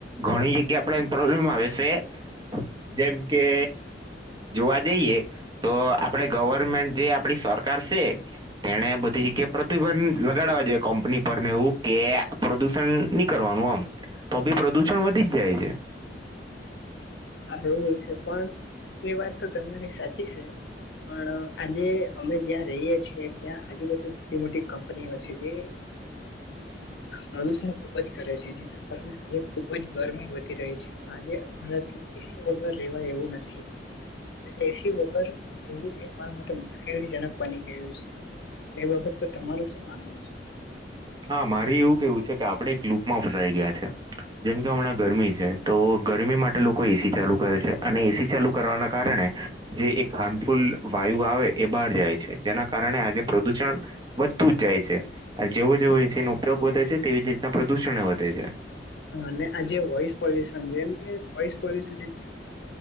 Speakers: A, on the right; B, on the left.
A: ઘણી જગ્યા આપડ એ પ્રોબ્લેમ આવે છે, જેમ કે જોવા જઈએ તો આપડે ગવર્મેન્ટ જે આપડી સરકાર છે તેને કે પ્રદુષણ લગાડવા જોઈએ કંપની પરને એવું કે પ્રદુષણ નહી કરવાનું આમ તો બી પ્રદૂષણ વધી જ જાય છે.
B: સારું છે, પણ એ વાત તો તમારી સાચી છે. પણ આજે અમે જ્યાં રહીએ છીએ ત્યાં આજુબાજુ મોટી મોટી કંપનીઓ છે જે પ્રદૂષણ ખૂબ જ કરે છે જેના કારણે આજે ખૂબ જ ગરમી વધી રહી છે પણ આજે અમારા એસી વગર રહેવા એવું નથી. એસી વગર રહેવું એ મારા માટે મુશ્કેલીજનક બની ગયું છે. એ બાબત તો તમારું શું માનવું છે?
A: હા મારે એવું કેવું છે કે આપડે એક લુપમાં ફસાઈ ગયા છે. જેમ કે હમણાં ગરમી છે તો ગરમી માટે લોકો એસી ચાલુ કરે છે અને એસી ચાલુ કરવાના કારણે જે એક હાર્મફુલ વાયુ આવે એ બહાર જાય છે, જેના કારણે આજે પ્રદુષણ વધતું જ જાય છે જેવો જેવો વિશે એનો ઉપયોગ વધે છે તેવી જ રીતના પ્રદુષણ વધે છે.
B: હ અને આજે વોઈસ પોલ્યુશન જેમ કે વોઇસ પોલ્યુશન એટલે કે